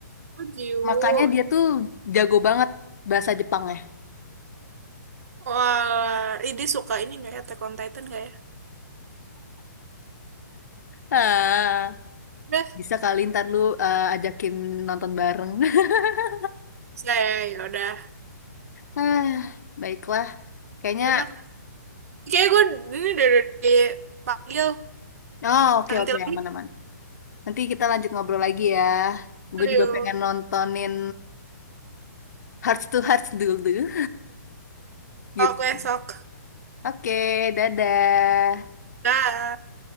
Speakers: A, on the right; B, on the left.
A: Oh, Jiwo.
B: Makanya dia tuh jago banget bahasa Jepangnya.
A: Wah, ini suka ini nggak ya? Attack on Titan nggak ya?
B: Ah.
A: Udah,
B: Bisa kali ntar lu eh, ajakin nonton bareng. <laughs>
A: saya ya udah.
B: Ah, baiklah. Kayaknya,
A: Ya udah. Kayak gue ini dari dipanggil.
B: oh oke
A: Nanti
B: oke
A: lagi
B: aman-aman. Nanti kita lanjut ngobrol lagi ya. Gue
A: dulu
B: juga
A: yuk.
B: pengen nontonin Hearts to Hearts dulu. <laughs>
A: Oke,
B: Gitu.
A: sok.
B: Oke, dadah.
A: Dah.